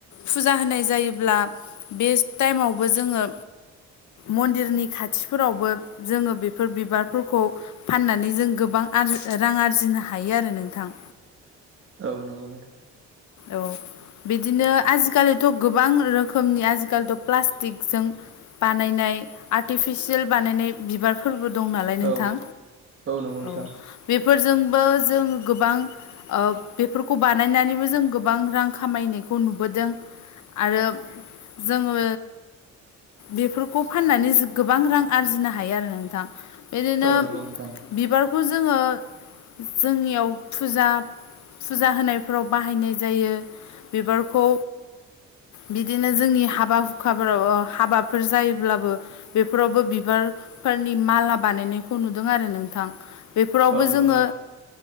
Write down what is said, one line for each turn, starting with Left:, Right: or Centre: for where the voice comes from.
Left: फुजा होनाय जायोब्ला बे टाइमावबो जोङो मन्दिरनि खाथिफोरावबो जोङो बेफोर बिबारफोरखौ खौ फाननानै जों गोबां आरजि रां आरजिनो हायो आरो नोंथां।
Right: औ नंगौ।
Left: औ बिदिनो आजिखालिथ' गोबां रोखोमनि आजिखालिथ' प्लास्टिकजों बानायनाय आर्टिफिसियेल बानायनाय बिबारफोरबो दं नालाय
Right: औ
Left: नोंथां
Right: नंगौ नोंथां
Left: औ। बेफोरजोंबो जों गोबां बेफोरखौ बानायनानैबो जों गोबां रां खामायनायखौ नुबोदों आरो जोङो बेफोरखौ फाननानै गोबां रां आरजिनो हायो आरो नोंथां। बिदिनो
Right: औ नंगौ नोंथां
Left: बिबारखौ जोङो जोंनियाव फुजा फुजा होनायफोराव बाहायनाय जायो बिबारखौ बिदिनो जोंनि हा बाबा हुखाफोराव हाबाफोर जायोब्लाबो बेफोरावबो बिबारफोरनि माला बानायनायखौ नुदों आरो नोंथां। बेफोरावबो
Right: औ
Left: जोङो
Right: नंगौ